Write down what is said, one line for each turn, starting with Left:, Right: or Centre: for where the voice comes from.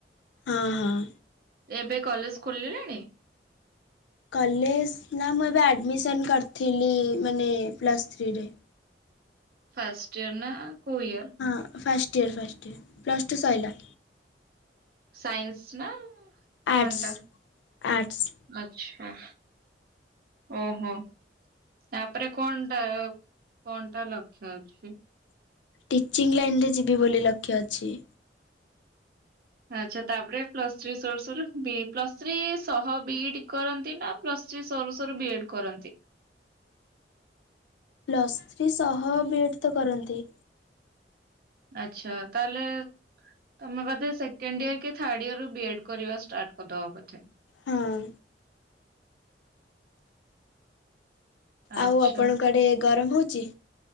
Left: ହଁ ହଁ।
Right: ଏବେ କଲେଜ ଖୋଲିଲାଣି?
Left: କଲେଜ ନା ମୁଁ ଏବେ ଆଡ଼ମିସନ କରିଥିଲି ମାନେ ପ୍ଲସ୍ ଥ୍ରୀରେ
Right: ଫଷ୍ଟଷ୍ଟ ଇୟରନ କୁଇୟର୍
Left: ହଁ first year first year plus two ସୋଇଲା
Right: ସାଇନ୍ସ ନା
Left: ଆର୍ଟସ୍
Right: କଣଟା
Left: ଆର୍ଟସ୍
Right: ଆଛା ଓହୋ ତାପରେ କଣ ଟା? କଣ ଟା ଲକ୍ଷ୍ୟ ଅଛି।
Left: ଟିଚିଂ ଲାଇନ୍ରେ ଯିବି ବୋଲି ଲକ୍ଷ୍ୟ ଅଛି।
Right: ଆଛା ତାପରେ ପ୍ଲସ ଥ୍ରୀ ସୋର ବି ପ୍ଲସ ଥ୍ରୀ ଶହ ବି କରନ୍ତି ନା ପ୍ଲସ୍ ଥ୍ରୀ ସରୁ ସରୁ ବିଏଡ୍ କରନ୍ତି।
Left: ପ୍ଲସ୍ ଥ୍ରୀ ସହ ବିଏଡ଼୍ ତ କରନ୍ତି।
Right: ଆଛା ତାହେଲେ ତମେ ବଧେ ସେକେଣ୍ଡ ଇୟର କି ଥାର୍ଡ ଇୟର ରୁ ବି ଏଡ୍ କରିବା ଷ୍ଟାର୍ଟ କରିଦବ ବୋଧେ
Left: ହଁ ଅ
Right: ଆଚ୍ଛା
Left: ଆଉ ଆପଣଙ୍କ ଆଡ଼େ ଗରମ ହେଉଛି?